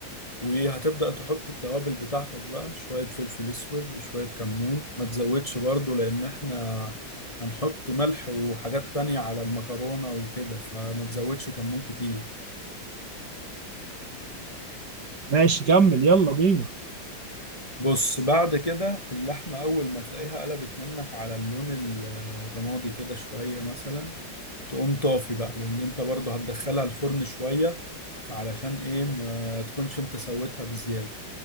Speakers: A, on the left; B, on the right.
A: وهتبدأ تحط التوابل بتاعتك بقى شوية فلفل أسود وشوية كمون ما تزودش برضو لأن إحنا هنحط ملح وحاجات تانية على المكرونة وكده فما تزودش كمون كتير
B: ماشي كمل يلا بينا
A: بص بعد كده اللحمة أول ما تلاقيها قلبت منك على اللون ال- الرمادي كده شوية مثلا تقوم طافي بقى لأن أنت برضو هتدخلها الفرن شوية فعلشان إيه ما تكونش أنت سويتها بزيادة